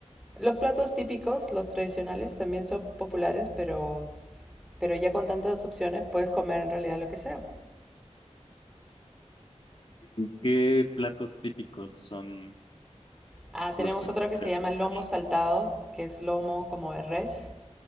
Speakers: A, in the centre; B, on the left.
A: los platos típicos, los tradicionales, también son populares, pero, pero ya con tantas opciones puedes comer en realidad lo que sea.
B: ¿Y ¿Qué platos típicos son
A: Ah, tenemos
B: los que
A: otro
B: me
A: que
B: podrías
A: se llama
B: contar?
A: lomo saltado, que es lomo como de res,